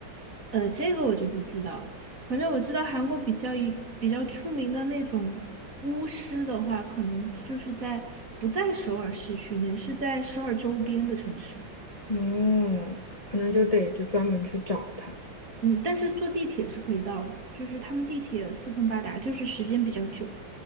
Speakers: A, on the right (about 40°); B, on the left (about 25°).
A: 呃，这个我就不知道了。反正我知道韩国比较一比较出名的那种巫师的话，可能就是在不在首尔市区内，是在首尔周边的城市。
B: 哦，可能就得就专门去找他。
A: 嗯，但是坐地铁是可以到的，就是他们地铁四通八达，就是时间比较久。